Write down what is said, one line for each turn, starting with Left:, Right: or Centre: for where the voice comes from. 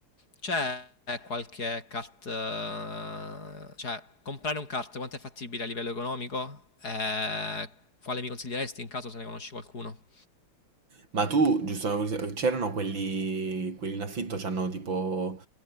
Left: c'è qualche kart, eh, cioè comprare un kart quanto è fattibile a livello economico? Eh, quale mi consiglieresti in caso se ne conosci qualcuno?
Right: Ma tu, giusto, c'erano quelli, quelli in affitto, c'hanno tipo,